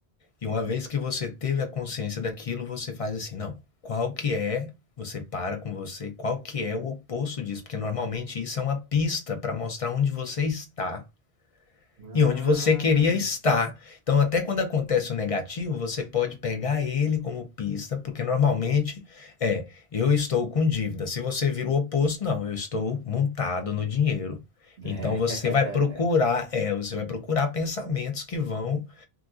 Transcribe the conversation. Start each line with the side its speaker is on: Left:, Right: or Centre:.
Left: E uma vez que você teve a consciência daquilo, você faz assim, não, qual que é, você para com você, qual que é o oposto disso, porque normalmente isso é uma pista para mostrar onde você está
Right: Ah,
Left: e onde você queria estar. Então, até quando acontece o negativo, você pode pegar ele como pista, porque normalmente é, eu estou com dívida. Se você vira o oposto, não, eu estou montado no dinheiro. Então
Right: é.
Left: você vai procurar,
Right: <laughs>
Left: é, você vai procurar pensamentos que vão